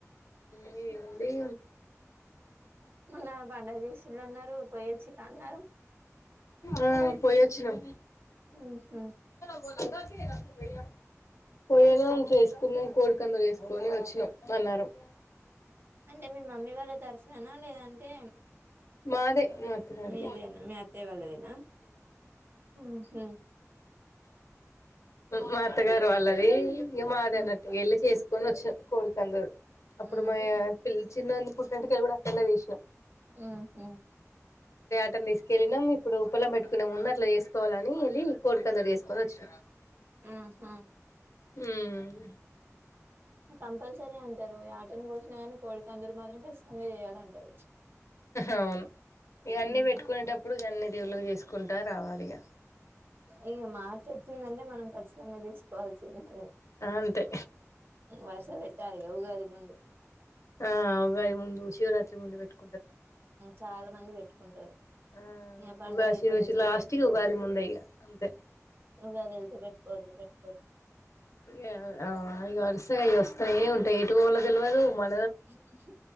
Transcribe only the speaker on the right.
మన పండగ చేసిల్లు అన్నారు పోయొచ్చిల్ల అన్నారు
ఊహూ
అంటే మీ మమ్మీ వాళ్ళ తరఫునా లేదంటే
ఆహ్,
మీదేనా మీ అత్తయ్య వాళ్ళదేనా ఊహూ
హ్మ్
ఊహూ
ఆ హ
ఆహా
కంపల్సరీ అంటరు యాటను కోసిన కానీ కోడికందూరు మాత్రం ఖచ్చితంగా చేయాలంటారు
హ్మ్
ఇంక మార్చ్ వచ్చిందంటే మనం ఖచ్చితంగా చేసుకోవాల్సిందని
వరుస పెట్టారు ఇగ ఉగాది ముందు
చాలా మంది పెట్టుకుంటరు
ఇంకా పండుగ
అయిపోతే
చేప
పెట్టుకోవద్దు
ఉగాది వెళ్తే పెట్టుకోవద్దు పెట్టుకో
శశ